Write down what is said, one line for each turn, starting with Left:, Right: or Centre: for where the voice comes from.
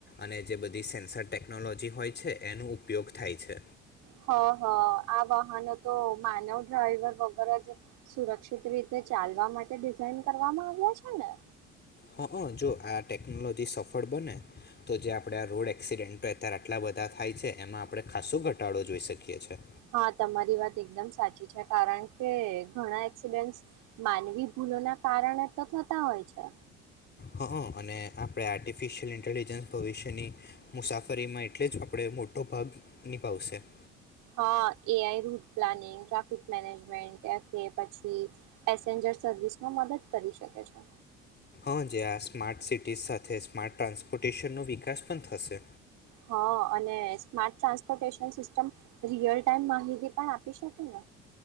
Left: અને જે બધી સેન્સર ટેકનોલોજી હોય છે એનો ઉપયોગ થાય છે
Right: હ હ આ વાહનો તો માનવ ડ્રાઈવર વગર જ સુરક્ષિત રીતે ચાલવા માટે ડિઝાઇન કરવામાં આવ્યા છે ને
Left: હં હં જો આ ટેકનોલોજી સફળ બને તો જે આપણે આ રોડ એક્સિડેન્ટો અત્યારે આટલા બધા થાય છે એમાં આપણે ખાસો ઘટાડો જોઈ શકીએ છીએ.
Right: હા તમારી વાત એકદમ સાચી છે કારણ કે ઘણા એક્સિડન્ટ માનવી ભૂલો ના કારણે તો થતા હોય છે.
Left: હ અને આપ આર્ટિફિશયલ ઇન્ટલજસ ભવિષ્યની મુસાફરીમાં એટલે જ આપણે મોટો ભાગ નિભાવશે.
Right: હા AI route planning traffic management કે પછી પેસેન્જર સર્વિસમાં મદદ કરી શકે છે
Left: આજે આ સ્માર્ટ સિટીઝ સાથે સ્માર્ટ ટ્રાન્સપોર્ટેશનનો વિકાસ પણ થશે
Right: હા અને smart transportation system real time માહિતી પણ આપી શકે ને